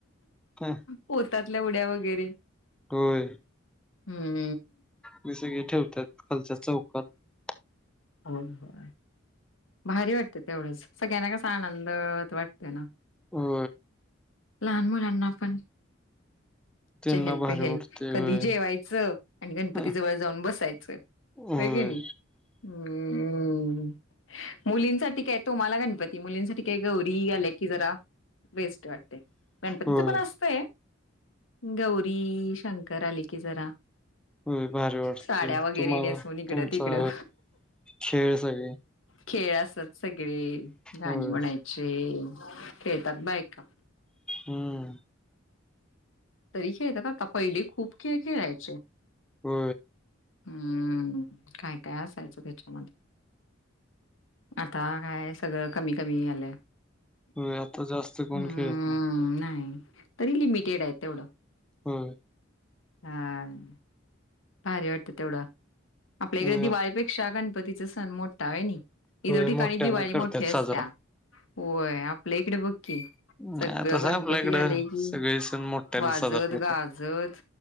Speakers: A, in the centre; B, on the left (about 80°).
A: हं,
B: पोत्यात ल्या उड्या वगैरे
A: होय होय
B: हम्म
A: हे सगळे ठेवतात खालच्या चौकात
B: हो ह भारी वाटते तेवढंच सगळ्यांना कसा आनंद वाटते ना
A: हो
B: लहान मुल अ्ना पण
A: त्यांना
B: चहल
A: भारी
B: पहेल
A: वाटते
B: कधी
A: होय
B: जेवायचं आणि गणपती
A: हं,
B: जवळ जाऊन बसायचं की
A: होय
B: नाही हम् मुलींसाठी काय तोम्हाला गणपती मुलींसाठी काय गौरी आले की जरा वेस्ट वाटते गणपतीचं
A: होय
B: पण असते गौरी शंकर आली ओ ककी जरा
A: हो भारी वाटते
B: साड्या वगैरे
A: तुम्हाला
B: नेसून इकडं
A: तुमचा
B: तिकडं
A: खेळ सगळे
B: खेळ असत सगळे गाणी
A: होय
B: म्हणायचे खेळतात बायक का
A: हम्म
B: तरीचेता ता पहिले खूप खेळ खेळायचे
A: हो
B: हम्म काय काय असायचं त्याच्यामध्ये आता काय सगळं कमी कमी आलंय
A: हो आता जास्त
B: हम्म
A: कोण खेळत ना
B: नाही तरी लिमिटेड आहे तेवढं
A: होम
B: हम् भर वाटत एवढा आपल्या इकडे
A: होय
B: दिवाळीपेक्षा गणपतीच सण मोठ त आहेयनी इतर
A: होय
B: ठिकाणी
A: मोठ्यानं
B: दिवाळी मोठठी
A: करतात
B: असत्या
A: साजरा.
B: हो आहे आप आपल्या इकडे बघकी
A: अं,
B: सगळं
A: तसं
B: गणपती
A: आपल्या इकडं
B: आले की
A: सगळे सण मोठ्यानं
B: वाजत
A: साजरा करतात.
B: गाजत